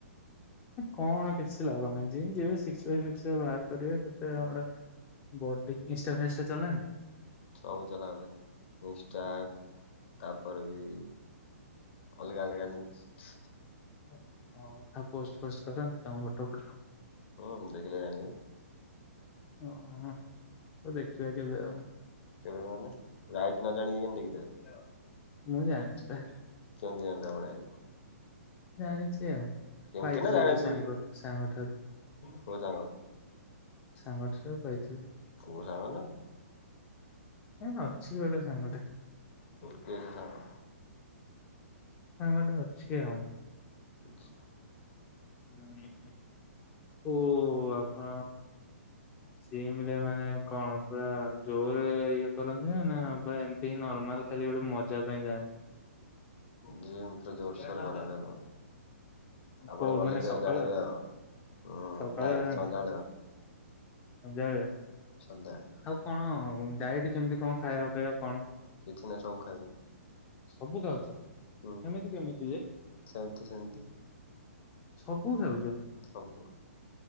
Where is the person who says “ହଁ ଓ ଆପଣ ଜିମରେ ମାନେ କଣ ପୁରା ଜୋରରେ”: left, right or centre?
Left